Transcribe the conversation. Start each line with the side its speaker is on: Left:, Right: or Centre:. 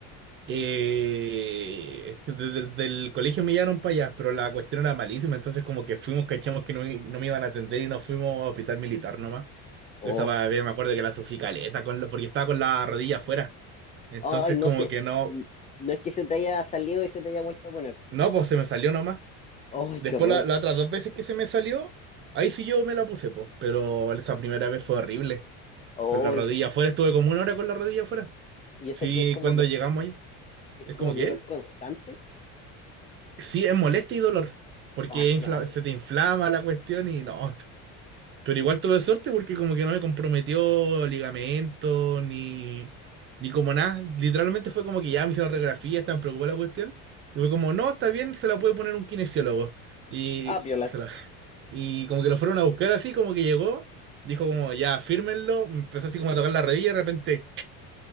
Right: Eh, <laughs> desde el del colegio me llevaron para allá, pero la cuestión era malísima, entonces como que fuimos, cachamos que no, me- no me iban a atender y nos fuimos a hospital militar nomás.
Left: Oh,
Right: Esa va- me acuerdo que la sufrí caleta con la- porque estaba con la rodilla afuera. Entonces
Left: ay, no
Right: como
Left: sé.
Right: que no,
Left: N- No es que se te haya salido y se te haya vuelto a poner.
Right: No, pues se me salió nomás.
Left: Ay,
Right: Después
Left: qué horror.
Right: la- las otras dos veces que se me salió, ahí sí yo me la puse, pues. Pero esa primera vez fue horrible.
Left: Ay,
Right: Con la rodilla afuera, estuve como una hora con la rodilla afuera.
Left: y eso
Right: Sí,
Left: que es como,
Right: cuando
Left: do-
Right: llegamos
Left: es,
Right: ahí,
Left: es
Right: es
Left: como
Right: como
Left: dolor
Right: que,
Left: constante.
Right: sí, es molestia y dolor. Porque
Left: Ay,
Right: infla-
Left: qué mal.
Right: se te inflama la cuestión y no, Pero igual tuve suerte porque como que no me comprometió ligamento ni, ni como nada. Literalmente fue como que ya me hicieron radiografía, estaban preocupada la cuestión. Y fue como, no, está bien, se la puede poner un kinesiólogo. Y,
Left: Ah, piola.
Right: se la, y como que lo fueron a buscar así, como que llegó, dijo como, ya, fírmenlo. Me empezó así como a tocar la rodilla y de repente,